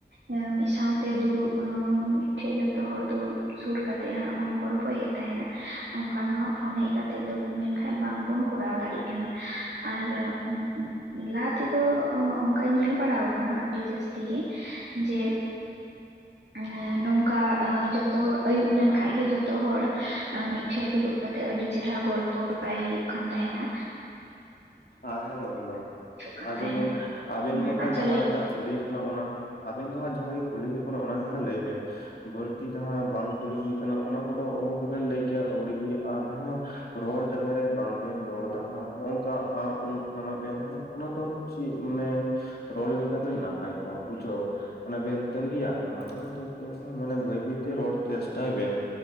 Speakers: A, on the right (about 75°); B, on the left (about 60°).
A: ᱮᱸ, ᱢᱤᱫ ᱥᱟᱶᱛᱮ ᱫᱩᱲᱩᱵ, ᱮᱸ ᱢᱤᱫᱴᱷᱮᱡ ᱡᱚᱛᱚ ᱦᱚᱲ ᱫᱩᱲᱩᱵ ᱥᱩᱨ ᱠᱟᱛᱮᱜ ᱦᱟᱸᱜ ᱵᱚᱱ ᱜᱚᱞᱯᱚᱭᱮᱫ ᱛᱟᱸᱦᱮᱱᱟ ᱚᱱᱠᱟ ᱫᱚ ᱦᱟᱸᱜ ᱯᱷᱳᱱ ᱦᱮᱡ ᱠᱟᱛᱮᱜ ᱫᱚ ᱢᱮᱱᱠᱷᱟᱱ ᱵᱟᱝᱵᱚᱱ ᱠᱚᱨᱟᱣ ᱫᱟᱲᱮᱭᱟᱜ ᱠᱟᱱᱟ, ᱟᱨ ᱩᱸᱜ ᱩᱸ, ᱞᱟᱦᱟ ᱛᱮᱫᱚ ᱚᱱᱠᱟᱧ ᱧᱮᱞ ᱵᱟᱲᱟᱣ ᱠᱟᱱᱟ ᱟᱹᱰᱤ ᱡᱟᱹᱥᱛᱤ ᱜᱮ ᱡᱮ, <inaudible> ᱟᱸᱻ ᱱᱚᱝᱠᱟ ᱡᱚᱛᱚ ᱦᱚᱲ, ᱟᱭᱩᱵ ᱞᱮᱱᱠᱷᱟᱡ ᱜᱮ ᱡᱚᱛᱚ ᱦᱚᱲ ᱢᱤᱫᱴᱷᱮᱡ ᱫᱩᱲᱩᱵ ᱠᱟᱛᱮᱜ ᱟᱹᱰᱤ ᱪᱮᱨᱦᱟ ᱜᱚᱞᱯᱚ ᱵᱟᱲᱟᱭ ᱦᱩᱭᱩᱜ ᱠᱟᱱ ᱛᱟᱸᱦᱮᱱᱟ᱾
B: ᱮ ᱦᱮᱞᱳ ᱦᱮᱞᱳ
A: ᱠᱟᱱ
B: ᱟᱡᱚᱢ
A: ᱛᱟᱦᱮᱱᱟ
B: ᱵᱤᱱ ᱟᱵᱮᱱ
A: ᱦᱮᱸ
B: ᱫᱚ ᱦᱟᱸᱜ
A: ᱟᱪᱪᱷᱟ
B: ᱡᱟᱦᱟᱸᱭ
A: ᱞᱟᱹᱭ
B: ᱴᱟᱜᱼᱼ ᱠᱩᱞᱤ ᱦᱩᱭᱩᱜ ᱠᱟᱱᱟ ᱚᱱᱟ ᱚᱱᱟ ᱟᱵᱮᱱ ᱫᱚ ᱦᱟᱸᱜ ᱡᱟᱦᱟᱸ ᱠᱩᱞᱤ ᱦᱩᱭᱩᱜ ᱠᱟᱱᱟ ᱚᱱᱟᱜᱮ ᱦᱟᱸᱜ ᱞᱟᱹᱭ ᱵᱮᱱᱼᱼ ᱵᱟᱹᱲᱛᱤ ᱡᱟᱦᱟᱸ ᱵᱟᱝ ᱠᱩᱞᱤ ᱦᱩᱭ ᱠᱟᱱᱟ ᱚᱱᱟ ᱠᱚᱫᱚ ᱚᱦᱚ ᱜᱮᱵᱮᱱ ᱞᱟᱹᱭ ᱠᱮᱭᱟ ᱟᱹᱣᱲᱤᱜᱤ ᱟᱨ ᱡᱟᱦᱟᱸᱼᱼ ᱨᱚᱲ ᱡᱟᱜᱟ ᱨᱮ ᱵᱟᱝᱵᱮᱱ ᱨᱚᱲ ᱫᱟ ᱦᱟᱸᱜ ᱦᱚᱝᱠᱟᱼᱼ ᱟᱸ ᱩ ᱠᱟᱱᱟ ᱵᱮᱱ ᱦᱚᱸ ᱚᱱᱟ ᱫᱚ ᱪᱮᱫ ᱢᱟᱱᱮᱼᱼ ᱨᱚᱲ ᱞᱮᱠᱷᱟ ᱵᱮ ᱱᱟᱯᱟᱭ ᱠᱚᱜᱼᱟ ᱵᱩᱡᱷᱟᱣ᱾ ᱚᱱᱟ ᱵᱮᱱ ᱛᱟᱜᱤᱭᱟ ᱠᱟᱱᱟ ᱚᱱᱟ ᱫᱚ ᱡᱟᱦᱟᱸ ᱢᱟᱱᱮ ᱵᱟᱹᱭ ᱵᱟᱹᱭᱛᱮ ᱨᱚᱲ ᱪᱮᱥᱴᱟᱭ ᱵᱮᱱ᱾